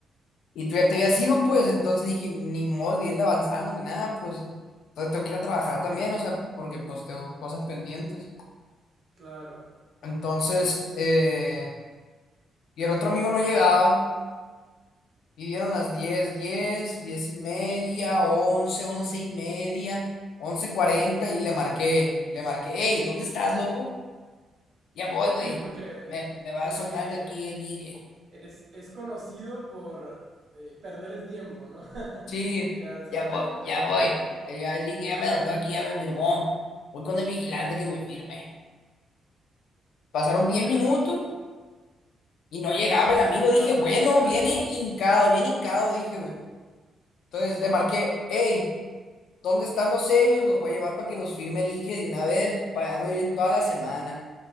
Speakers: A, on the left; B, on the right.
A: Y tú ya te habías ido, pues. Entonces dije, ni modo de irle avanzando ni nada, pues. Entonces tengo que ir a trabajar también,
B: Ya,
A: o sea, porque pues tengo cosas pendientes.
B: claro.
A: Entonces, eh, y el otro amigo no llegaba. Y dieron las diez diez 10 y media, once 11 y media, once cuarenta
B: Ok.
A: y le marqué, le marqué, hey, ¿dónde estás, loco? Ya voy,
B: Sí,
A: güey.
B: porque, <laughs>
A: Me, me va
B: porque
A: soltando aquí el ligue.
B: es, es conocido por eh, perder el tiempo, ¿no? <laughs>
A: Sí,
B: Quedarse
A: ya
B: perdiendo
A: voy,
B: el tiempo.
A: ya voy. Ahí Ya, el ligue ya me soltó aquí, ya me firmó. Voy con el vigilante que me firme. Pasaron diez
B: Ya,
A: minutos y no llegaba el
B: saber
A: amigo.
B: qué
A: Dije,
B: va
A: bueno,
B: platicando.
A: viene hincado, viene hincado, dije, güey. Entonces le marqué, hey. ¿Dónde están los sellos? Los voy a llevar para que los firme el Inge de una vez, para ya no ir en toda la semana.